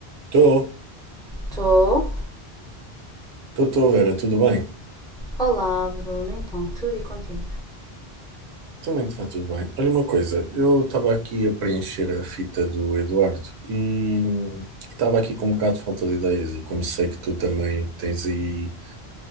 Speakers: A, on the right (about 85°); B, in the centre.
A: Estou,
B: Estou.
A: estou, Vera, tudo bem?
B: Olá, Bruno. Então, tudo e contigo?
A: Também está tudo bem. Olha uma coisa, eu estava aqui a preencher a fita do Eduardo e estava aqui com um bocado de falta de ideias e como sei que tu também tens aí